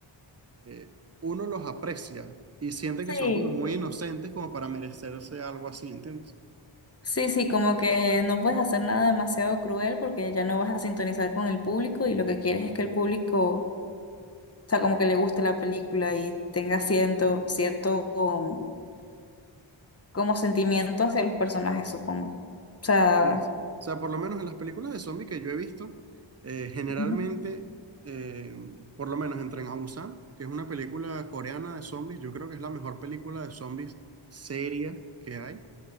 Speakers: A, on the right (about 30°); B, on the left (about 30°).
A: eh, uno los aprecia y siente
B: Sí,
A: que son como muy inocentes como para merecerse algo así, ¿entiendes?
B: sí, sí, como que no puedes hacer nada demasiado cruel porque ya no vas a sintonizar con el público y lo que quieres es que el público, o sea, como que le guste la película y tenga cierto, cierto um, como sentimiento hacia los personajes, supongo. O sea,
A: Sí, sí. O sea, por lo menos en las películas de zombies que yo he visto, eh, generalmente,
B: Ujú.
A: eh, por lo menos en Tren a Busan, que es una película coreana de zombies, yo creo que es la mejor película de zombies seria que hay.